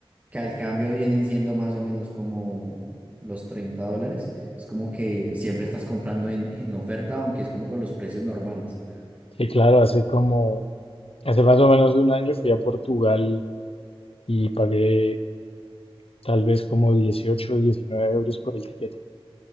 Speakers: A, on the right; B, on the left.
A: que al cambio vienen siendo más o menos como los 30 dólares. Es como que siempre estás comprando en, en oferta, aunque es como con los precios normales.
B: Sí, claro, hace como, hace más o menos un año fui a Portugal y pagué tal vez como 18, o 19 euros por el tiquete,